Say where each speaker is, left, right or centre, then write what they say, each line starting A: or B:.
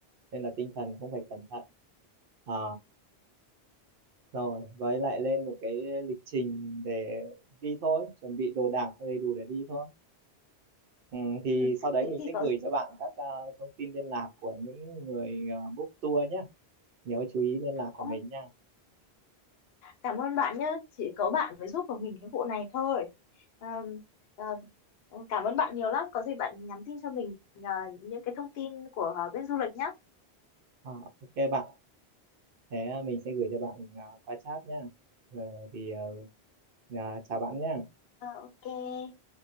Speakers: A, on the right; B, on the left.
A: nên là tinh thần cũng phải cẩn thận à, rồi với lại lên một cái lịch trình để đi thôi chuẩn bị đồ đạc đầy đủ để đi thôi ừ, thì
B: Ừ,
A: sau đấy
B: thế
A: mình
B: thì
A: sẽ
B: có
A: gửi cho bạn các à, thông tin liên lạc của những người à, book tour nhé nhớ chú ý liên lạc của
B: Ô,
A: mình nha
B: cảm ơn bạn nhé. Chỉ có bạn mới giúp được mình cái vụ này thôi. À, à, cảm ơn bạn nhiều lắm. Có gì bạn nhắn tin cho mình. những cái thông tin của ờ, bên du lịch nhé.
A: à, ok bạn thế à, mình sẽ gửi cho bạn à, qua chat nhá Ờ, thì à, à, chào bạn nhá
B: ờ, ờ, ok.